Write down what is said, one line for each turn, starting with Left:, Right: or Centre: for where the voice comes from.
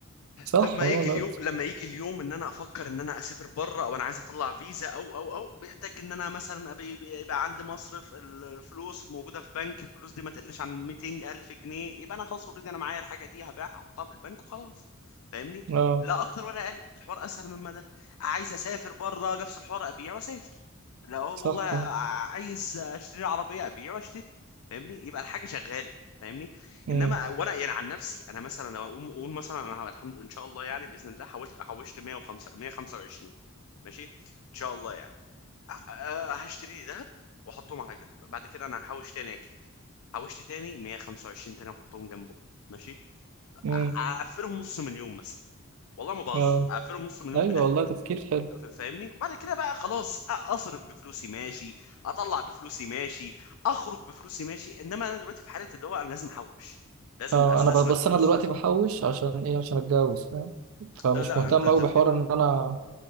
Right: صح
Left: لما
Right: اه
Left: يجي اليوم
Right: لا
Left: لما يجي اليوم ان انا افكر ان انا اسافر بره او انا عايز اطلع فيزا او او او بيحتاج ان انا مثلا أبي- يبقى عندي مصرف الفلوس موجوده في بنك الفلوس دي ما تقلش عن 200 الف جنيه يبقى انا خلاص اوريدي انا معايا الحاجه دي هبيعها احطها في البنك وخلاص فاهمني
Right: اه
Left: لا اكتر ولا اقل الحوار اسهل مما ده عايز اسافر بره نفس الحوار ابيع واسافر لا والله
Right: صح اه
Left: عايز اشتري عربيه ابيع واشتري فاهمني يبقى الحاجه شغاله فاهمني
Right: امم
Left: انما وانا يعني عن نفسي انا مثلا لو اقوم اقول مثلا انا الحمد لله ان شاء الله يعني باذن الله حوشت حوشت 105 125 ماشي ان شاء الله يعني أ- أ- هشتري لي ذهب واحطهم على جنب بعد كده انا هحوش تاني اكيد حوشت تاني 125 تاني احطهم جنبه ماشي
Right: امم
Left: أ- اقفلهم نص مليون مثلا والله ما بهزر
Right: اه
Left: اقفلهم نص مليون
Right: ايوه
Left: بذهب
Right: والله تفكير حلو
Left: ف- فاهمني وبعد كده بقى خلاص أ- اصرف بفلوسي ماشي اطلع بفلوسي ماشي اخرج بفلوسي ماشي انما انا دلوقتي في حالة اللي هو انا لازم احوش لازم
Right: اه
Left: استثمر
Right: انا ب- بس
Left: فلوسي
Right: انا دلوقتي بحوش عشان ايه عشان اتجوز فاهم فمش
Left: أه، لا
Right: مهتم
Left: انت تفكر
Right: قوي بحوار ان انا